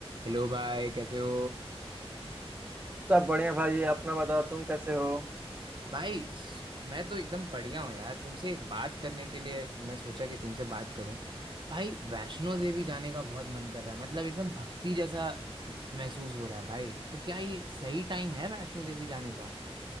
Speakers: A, on the right; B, on the right.
A: हेलो भाई कैसे हो
B: सब बढ़िया भाई अपना बताओ तुम कैसे हो
A: भाई स- मैं तो एकदम बढ़िया हूँ यार तुमसे एक बात करने के लिए मैं सोचा कि तुमसे बात करूं भाई वैष्णो देवी जाने का बहुत मन कर रहा है मतलब एकदम भक्ति जैसा महसूस हो रहा है भाई तो क्या ये सही टाइम है वैष्णो देवी जाने का